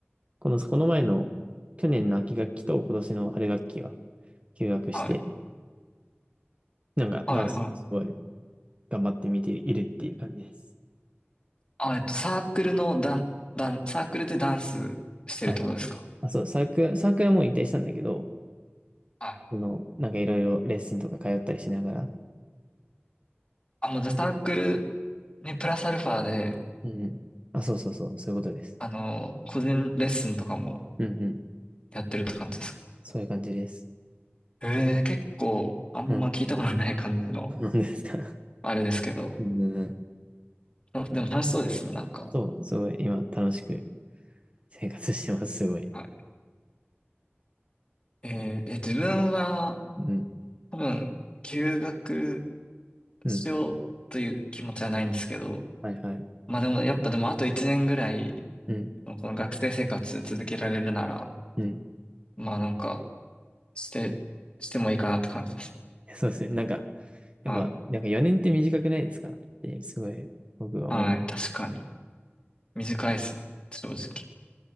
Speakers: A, on the right (about 30°); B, on the left (about 25°).
A: この、この前の去年の秋学期と今年の春学期は休学して、
B: はい、はい、
A: なんかダンスすごい
B: はい、はい。
A: 頑張って見ているっていう感じです。
B: あ、えっと、サークルのダン、ダン、サークルでダンスしてるってことですか
A: はいはい。あ、そう、サークル、サークルはもう引退したんだけど、
B: はい。
A: その、なんかいろいろレッスンとか通ったりしながら。
B: あ、もうじゃあサークル、ね、プラスアルファで、
A: うんうん。あ、そうそうそう、そういうことです。
B: あの、個人レッスンとかも
A: うんうん。
B: やってるって感じですか
A: そういう感じです。
B: ええ、結構、あんま聞いたことない感じの、
A: うん。なんですか
B: あれですけど。
A: うん。
B: あでも楽しそうですね、なんか。
A: そう、すごい、今、楽しく生活してます、すごい。
B: はい。えーえ、自分は、
A: うん、
B: 多分、休学
A: うん。
B: しようという気持ちはないんですけど、
A: はいはい。
B: まあでも、やっぱでもあと1年ぐらい、
A: うん、
B: この学生生活続けられるなら、
A: うん、
B: まあなんか、して、
A: うん。い
B: してもいいかなって感じですね。
A: やそうですね。なんか、やっぱ、
B: はい。
A: なんか4年って短くないですかって、すごい、僕は思って。
B: はい。確かに。短いですね。正直。